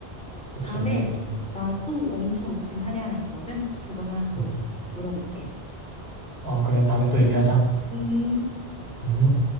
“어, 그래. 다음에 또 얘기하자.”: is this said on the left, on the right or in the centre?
Right